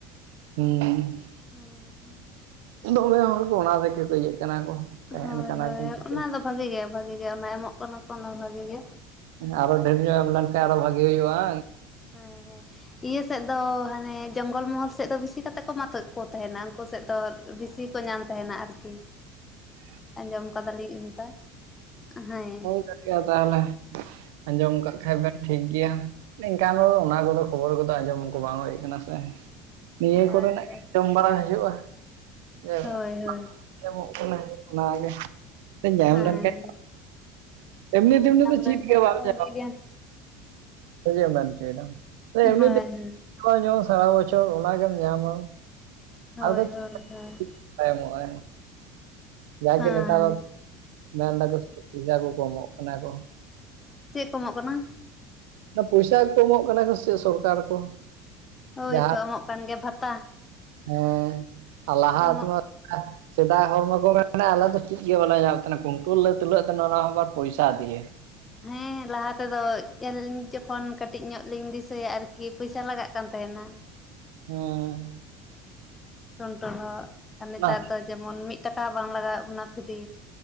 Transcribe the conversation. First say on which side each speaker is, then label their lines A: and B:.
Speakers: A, on the right (about 75°); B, on the left (about 25°).
A: ᱦᱩᱸ᱾
B: ᱦᱩᱸ᱾
A: ᱫᱚᱢᱮ ᱦᱚᱲ ᱠᱚ ᱚᱱᱟ ᱛᱮᱜᱮ ᱠᱚ ᱤᱭᱟᱹᱜ ᱠᱟᱱᱟ ᱠᱚ᱾ ᱛᱟᱦᱮᱱ
B: ᱦᱳᱭ
A: ᱠᱟᱱᱟ
B: ᱦᱳᱭ
A: ᱠᱚ ᱪᱤᱠᱟᱹ
B: ᱚᱱᱟ ᱫᱚ ᱵᱷᱟᱜᱮ ᱜᱮ ᱵᱷᱟᱜᱮ ᱜᱮ ᱚᱱᱟ ᱮᱢᱚᱜ ᱠᱟᱱᱟ ᱠᱚ ᱚᱱᱟ ᱵᱷᱟᱜᱮ ᱜᱮ᱾
A: ᱟᱨ ᱰᱷᱮᱨ ᱧᱚᱜ ᱮᱢ ᱞᱮᱱᱠᱟᱱ ᱟᱨᱦᱚ ᱵᱷᱟᱜᱤ ᱦᱩᱭᱩᱜ-ᱟ᱾
B: ᱦᱮᱸ ᱦᱮᱸ ᱤᱭᱟᱹ ᱥᱮᱫ ᱫᱚ ᱦᱟᱱᱮ ᱡᱚᱝᱜᱚᱞ ᱢᱚᱦᱚᱞ ᱥᱮᱫ ᱫᱚ ᱵᱤᱥᱤ ᱠᱟᱛᱮᱫ ᱠᱚ ᱢᱟᱛᱮᱠ ᱠᱚ ᱛᱟᱦᱮᱱᱟ ᱩᱱᱠᱩ ᱥᱮᱫ ᱫᱚ ᱵᱤᱥᱤ ᱠᱚ ᱧᱟᱢ ᱛᱟᱦᱮᱱᱟ ᱟᱨᱠᱤ
A: <unintelligible> ᱦ
B: ᱟᱸᱡᱚᱢ ᱟᱠᱟᱫᱟᱞᱤᱧ ᱚᱱᱠᱟ ᱦᱟᱭ᱾
A: <unintelligible> ᱭᱟ ᱛᱟᱦᱚᱞᱮ ᱟᱸᱡᱚᱢ ᱟᱠᱟᱜ ᱠᱷᱟᱡᱽ ᱵᱮᱱ ᱴᱷᱤᱠ ᱜᱮᱭᱟ ᱮᱝᱠᱟᱱ ᱦᱚᱲ ᱚᱱᱟ ᱠᱚᱫᱚ ᱠᱷᱚᱵᱚᱨ ᱠᱚᱫᱚ ᱟᱸᱡᱚᱢ ᱠᱚ ᱵᱟᱝ ᱦᱩᱭ ᱟᱠᱟᱱᱟ ᱥᱮ ᱱᱤᱭᱟᱹ
B: ᱟᱪᱪᱷᱟ
A: ᱠᱚᱨᱮᱱᱟᱜ
B: ᱟᱪᱪᱷᱟ
A: ᱡᱚᱢ ᱵᱟᱲᱟ ᱦᱩᱭᱩᱜᱤᱡ-ᱟ ᱮᱜ
B: ᱦᱳᱭ ᱦᱳᱭ
A: ᱧᱟᱢᱚᱜ ᱠᱟᱱᱟ ᱚᱱᱟᱜᱮ ᱧᱟᱢ
B: ᱦᱮᱸ
A: ᱞᱮᱱ ᱠᱷᱟᱡ ᱮᱢᱱᱤ
B: ᱦᱮᱸ
A: ᱫᱤᱱ ᱦᱤᱞᱳᱜ
B: ᱧᱟᱢ
A: ᱫᱚ
B: ᱞᱮᱱᱠᱷᱟᱡ
A: ᱪᱮᱫ ᱜᱮ ᱵᱟᱢ
B: ᱫᱚ ᱵᱷᱟᱜᱤ
A: ᱧᱟᱢᱟ᱾
B: ᱜᱮ
A: ᱥᱮ ᱪᱮᱫ ᱮᱢ ᱢᱮᱱ ᱪᱚᱭ ᱫᱟ ᱮᱢᱱᱤ
B: ᱦᱳᱭ
A: ᱫᱤᱱ <unintelligible> ᱥᱟᱨᱟ ᱵᱚᱪᱷᱚᱨ ᱚᱱᱟᱜ ᱜᱮᱢ ᱧᱟᱢᱟ ᱾
B: ᱦᱳᱭ
A: ᱟᱫᱚ
B: ᱦᱳᱭ
A: <inaudible>
B: ᱦᱳᱭ
A: ᱵᱟᱭ ᱮᱢᱚᱜᱟ ᱡᱟᱜᱮ
B: ᱦᱮᱸ
A: ᱱᱮᱛᱟ ᱫᱚ ᱢᱮᱱ ᱫᱟᱠᱚ <inaudible> ᱯᱚᱭᱟ ᱠᱚ ᱠᱚ ᱮᱢᱚᱜ ᱠᱟᱱᱟ ᱠᱚ ᱾
B: ᱪᱮᱫ ᱠᱚ ᱮᱢᱚᱜ ᱠᱟᱱᱟ?
A: ᱯᱚᱭᱥᱟ ᱠᱚᱠᱚᱜ ᱮᱢᱚᱜ ᱠᱟᱱᱟ ᱥᱮ ᱪᱮᱫ ᱥᱚᱨᱠᱟᱨ ᱠᱚ᱾
B: ᱦᱳᱭ
A: ᱡᱟᱦᱟᱸ
B: ᱛᱚ ᱮᱢᱚᱜ ᱠᱟᱱ ᱜᱮᱭᱟ ᱵᱷᱟᱛᱟ᱾
A: ᱦᱮᱸ ᱟᱨ ᱞᱟᱦᱟᱛᱮ
B: ᱮᱢᱚᱜ
A: ᱢᱟ ᱥᱮᱫᱟᱭ ᱦᱚᱲ ᱢᱚᱠᱚ ᱢᱮᱱᱟ ᱟᱞᱮ ᱫᱚ ᱪᱮᱫ ᱜᱮ ᱵᱟᱞᱮ ᱧᱟᱢᱮᱫ ᱛᱟᱦᱮᱱᱟ ᱠᱩᱱᱴᱟᱹᱞ ᱞᱮ ᱛᱩᱞᱟᱹᱜᱣ ᱮᱫ ᱛᱟᱦᱮᱱᱟ ᱚᱱᱟ ᱦᱚᱸ ᱵᱟᱨ ᱯᱚᱭᱥᱟ ᱫᱤᱭᱮ᱾
B: ᱦᱮᱸ ᱞᱟᱦᱟ ᱛᱮᱫᱚ ᱪᱟᱹᱞᱤᱧ ᱡᱚᱠᱷᱚᱱ ᱠᱟᱹᱴᱤᱡ ᱧᱚᱜ ᱞᱤᱧ ᱫᱤᱥᱟᱹᱭᱟ ᱟᱨᱠᱤ ᱯᱚᱭᱥᱟ ᱞᱟᱜᱟᱜ ᱠᱟᱱ ᱛᱟᱦᱮᱱᱟ᱾
A: ᱦᱮᱸ
B: ᱠᱩᱱᱴᱚᱞ ᱦᱚ ᱟᱨ ᱱᱮᱛᱟᱨ
A: ᱚᱱᱟ
B: ᱫᱚ ᱡᱮᱢᱚᱱ ᱢᱤᱫ ᱴᱟᱠᱟ ᱵᱟᱝ ᱞᱟᱜᱟᱣᱮᱫ ᱵᱚᱱᱟ ᱯᱷᱨᱤ᱾